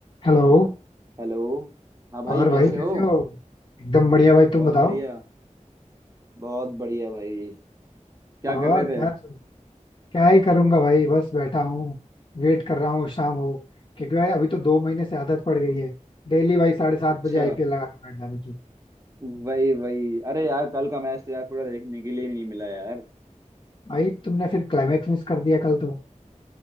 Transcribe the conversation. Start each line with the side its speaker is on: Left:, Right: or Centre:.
Left: Hello
Right: हेलो हाँ भाई
Left: और भाई
Right: कैसे
Left: कैसे
Right: हो
Left: हो एकदम बढ़िया भाई
Right: बहुत
Left: तुम बताओ
Right: बढ़िया बहुत बढ़िया भाई क्या
Left: और
Right: कर रहे
Left: क्या
Right: थे
Left: चल रहा है? क्या ही करूंगा भाई बस बैठा हूँ वेट कर रहा हूँ शाम हो क्योंकि भाई अभी तो दो महीने से आदत पड़ गई है डेली भाई साढ़े सात
Right: अच्छा
Left: बजे आईपीएल लगा के बैठ जाने की
Right: वही वही अरे यार कल का मैच तो यार पूरा देखने के लिए नहीं मिला यार
Left: भाई तुमने फिर क्लाइमैक्स मिस कर दिया कल तो